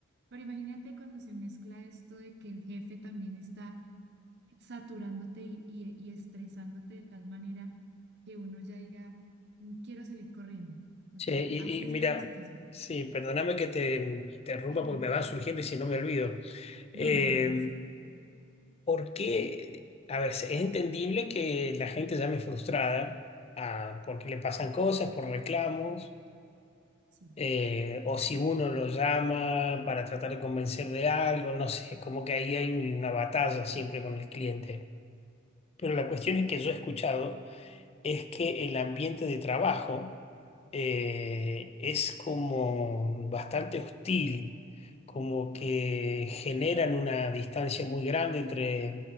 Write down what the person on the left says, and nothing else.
Che,
y,
y mira,
sí, perdóname que te interrumpa
porque me van surgiendo y si no me olvido. Eh,
¿por qué? A ver, es entendible que la gente llame frustrada ah, porque le pasan cosas, por reclamos.
eh, o si uno lo llama para tratar de convencer de algo, no sé, como que ahí hay una batalla siempre con el cliente. Pero la cuestión es que yo he escuchado es que el ambiente de trabajo eh, es como bastante hostil, como que generan una distancia muy grande entre